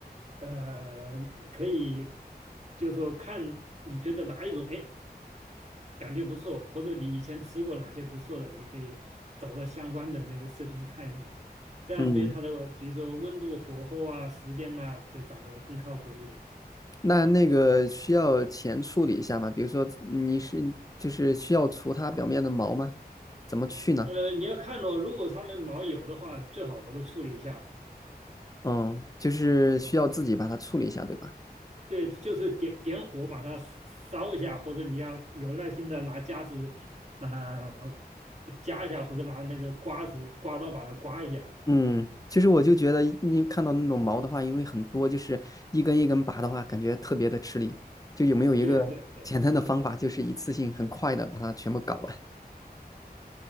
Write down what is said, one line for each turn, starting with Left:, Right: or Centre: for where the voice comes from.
Right: 呃，可以就是说看你觉得哪一种，哎，感觉不错，或者你以前吃过哪些不错的，你可以找到相关的那个视频看一下，这样对它的，
Left: 嗯，
Right: 比如说温度、火候啊、时间呐、就掌握更靠谱一点。
Left: 那那个需要前处理一下吗？比如说你是就是需要除它表面的毛吗？怎么去呢？
Right: 呃，你要看哦，如果他们毛有的话，最好是处理一下；
Left: 嗯，就是需要自己把它处理一下，对吧？
Right: 对，就是点点火把它烧烧一下，或者你要有耐心的拿夹子啊、呃夹一下，或者拿那个刮子刮刀把它刮一下。
Left: 嗯，其实我就觉得你看到那种毛的话，因为很多，就是一根一根拔的话，感觉特别的吃力。就有没有一个简单的方法，
Right: 对啊对啊对啊对啊，
Left: 就是一次性很快的把它全部搞完？